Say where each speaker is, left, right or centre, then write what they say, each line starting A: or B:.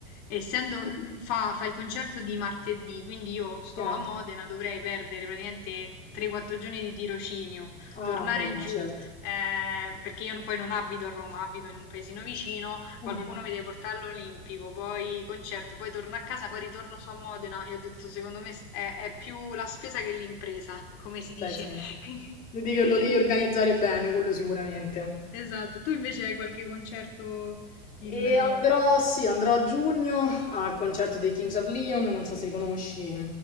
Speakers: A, on the left (about 45°); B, on the left (about 25°).
A: essendo l- fa, fa il concerto di martedì, quindi io sto
B: Ok.
A: a Modena, dovrei perdere praticamente 3-4 giorni di tirocinio, tornare
B: Ah, beh, no,
A: giù
B: certo.
A: eh, perché io poi non abito a Roma, abito in un paesino vicino,
B: Mhm.
A: qualcuno mi deve portare all'Olimpico, poi concerto, poi torno a casa, poi ritorno su a Modena. Io ho detto, secondo me s- è, è più la spesa che l'impresa, come si dice.
B: Beh, sì.
A: <laughs> Quindi,
B: Lo devi,
A: <laughs>
B: lo devi organizzare
A: qui-
B: bene, quello sicuramente.
A: esatto. Tu invece hai qualche concerto in...
B: E
A: eh,
B: andrò, sì, andrò a giugno al concerto dei Kings of Leon, non so se li conosci, è